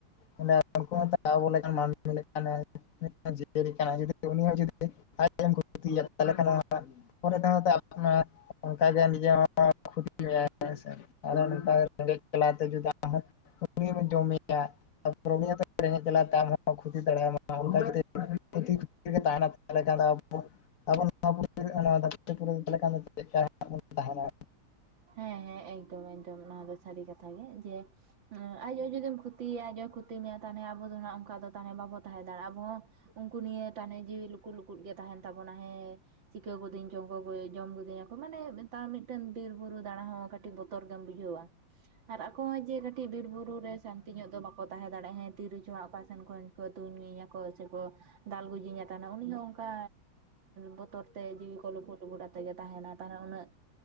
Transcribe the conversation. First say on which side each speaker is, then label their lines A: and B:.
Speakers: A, on the left; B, on the right.
A: ᱢᱟᱱᱮ ᱩᱱᱠᱩ ᱦᱚᱛᱚ ᱟᱵᱚ ᱞᱮᱠᱟᱱ ᱢᱟᱱᱢᱤ ᱞᱮᱠᱟᱱ ᱡᱤᱭᱟᱹᱞᱤ ᱠᱟᱱᱟᱭ, ᱩᱱᱤ ᱦᱚᱸ ᱡᱩᱫᱤ ᱟᱡ ᱛᱮᱢ <unintelligible> ᱛᱟᱦᱚᱞᱮ ᱠᱷᱟᱱ ᱦᱚᱸ ᱯᱚᱨᱮ ᱛᱮ ᱦᱚᱸ <unintelligible> ᱚᱱᱠᱟ ᱜᱮ ᱱᱤᱡᱮ ᱦᱚᱸ <unintelligible> ᱢᱮᱭᱟ ᱦᱮ ᱥᱮ ᱟᱨᱦᱚ ᱱᱚᱝᱠᱟ ᱨᱮᱜᱮᱡ ᱡᱟᱞᱟ ᱛᱮ ᱡᱩᱫᱤ ᱟᱢ ᱦᱚᱸ ᱩᱱᱤᱢ ᱡᱚᱢᱮᱭᱟ, ᱛᱟᱯᱚᱨ ᱩᱱᱤ ᱦᱚᱛᱚ ᱨᱮᱸᱜᱮᱡ ᱡᱟᱞᱟ ᱛᱮ ᱟᱢ ᱦᱚᱸᱛᱚᱭ ᱠᱷᱩᱛᱤ ᱫᱟᱲᱮᱭᱟᱢᱟ ᱾ ᱚᱱᱠᱟ ᱠᱷᱩᱛᱤ ᱠᱷᱩᱛᱤ ᱨᱮᱜᱮ ᱛᱟᱦᱮᱱᱟ ᱛᱟᱦᱞᱮ ᱟᱵᱚ ᱟᱵᱚᱱ ᱱᱚᱣᱟᱵᱚᱱ <unintelligible> ᱪᱮᱫ ᱠᱟ ᱱᱟᱜ ᱵᱚᱱ ᱛᱟᱦᱮᱱᱟ?
B: ᱦᱮᱸ ᱦᱮᱸ ᱮᱠᱫᱚᱢ ᱮᱠᱫᱚᱢ ᱱᱚᱣᱟ ᱫᱚ ᱥᱟᱹᱨᱤ ᱠᱟᱛᱷᱟ ᱜᱮ ᱾ ᱡᱮ ᱦᱮᱸ ᱟᱡ ᱦᱚ ᱡᱩᱫᱤᱢ ᱠᱷᱚᱛᱤᱭᱮᱭᱟ ᱟᱡ ᱦᱚᱸ ᱠᱷᱚᱛᱤ ᱢᱮᱭᱟ ᱛᱟᱦᱚᱞᱮ ᱟᱵᱚ ᱫᱚ ᱱᱟᱜ ᱚᱱᱠᱟ ᱫᱚ ᱛᱟᱦᱞᱮ ᱵᱟᱵᱚ ᱛᱟᱦᱮᱸ ᱫᱟᱲᱮᱭᱟᱜ-ᱟ ᱟᱵᱚ ᱦᱚᱸ ᱩᱱᱠᱩ ᱱᱤᱭᱮ ᱛᱮ ᱦᱟᱱᱮ ᱡᱤᱣᱤ ᱞᱩᱠᱩ ᱞᱩᱼ ᱼᱠᱩᱫ ᱜᱮ ᱛᱟᱦᱮᱱ ᱛᱟᱵᱚᱱᱟ ᱦᱮᱸ ᱪᱤᱠᱟᱹ ᱜᱚᱫᱤᱧ ᱪᱚᱝ ᱠᱚ ᱡᱚᱢ ᱜᱚᱫᱤᱧ‌ ᱟᱠᱚ ᱢᱟᱱᱮ <unintelligible> ᱢᱤᱫ ᱵᱤᱨ ᱵᱩᱨᱩ ᱫᱟᱬᱟ ᱦᱚᱸ ᱠᱟᱹᱴᱤᱡ ᱵᱚᱛᱚᱨ ᱜᱮᱢ ᱵᱩᱡᱷᱟᱹᱣᱟ ᱾ ᱟᱨ ᱟᱠᱚ ᱦᱚᱸ ᱡᱮ ᱠᱟᱹᱴᱤᱡ ᱵᱤᱨ ᱵᱩᱨᱩ ᱨᱮ ᱥᱟᱱᱛᱤ ᱧᱚᱜ ᱫᱚ ᱵᱟᱠᱚ ᱛᱟᱦᱮᱸ ᱫᱟᱲᱮᱭᱟᱜᱼᱟ ᱾ ᱦᱮᱸ ᱛᱤᱨᱮ ᱪᱚ ᱦᱟᱸᱜ ᱚᱠᱟ ᱥᱮᱱ ᱠᱷᱚᱱ ᱠᱚ ᱛᱩᱧ ᱢᱤᱭᱟ ᱠᱚ ᱥᱮ ᱠᱚ ᱫᱟᱞ ᱜᱩᱡᱤᱧᱟ ᱛᱟᱱᱟ ᱩᱱᱤ ᱦᱚᱸ ᱚᱱᱠᱟ ᱵᱚᱛᱚᱨ ᱛᱮ ᱡᱤᱣᱤ ᱠᱚ ᱞᱩᱠᱩᱫ ᱞᱩᱠᱩᱫ ᱟᱛᱮ ᱜᱮ ᱛᱟᱦᱮᱱᱟ ᱛᱟᱦᱚᱞᱮ ᱩᱱᱟᱹᱜ